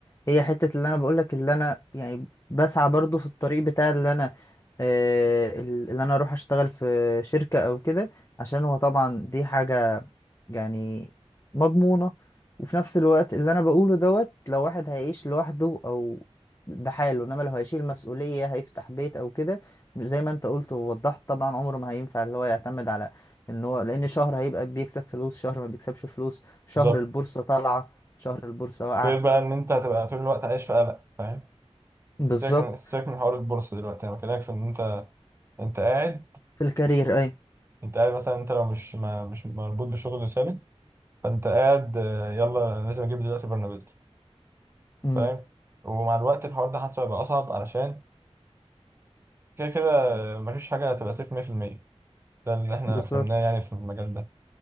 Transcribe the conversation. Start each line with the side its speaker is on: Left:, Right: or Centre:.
Left: هي حتة اللي انا بقولك اللي انا يعني بسعى برضو في الطريق بتاع اللي انا آه، اللي انا اروح اشتغل في شركة او كده عشان هو طبعا دي حاجة يعني مضمونة وفي نفس الوقت اللي انا بقوله دوت لو واحد هيعيش لوحده او بحاله انما لو هيشيل مسؤولية هيفتح بيت او كده مش زي ما انت قلت ووضحت طبعا عمره ما هينفع اللي هو يعتمد على ان هو لان شهر هيبقى بيكسب فلوس شهر ما بيكسبش فلوس شهر
Right: بالظبط
Left: البورصة طالعة شهر البورصة واقعة
Right: غير بقى ان انت هتبقى طول الوقت عايش في قلق فاهم
Left: بالظبط
Right: سيبك من سيبك من حوار البورصة دلوقتي انا بكلمك في ان انت انت قاعد
Left: في الكارير اي
Right: انت قاعد مثلا انت لو مش ما مش مربوط بشغل ثابت فانت قاعد آه، يلا انا لازم اجيب دلوقتي برنابيز
Left: امم
Right: فاهم ومع الوقت الحوار ده حاسه هيبقى اصعب علشان كده كده مفيش حاجة هتبقى سيف 100% ده اللي احنا
Left: بالظبط
Right: فهمناه يعني في المجال ده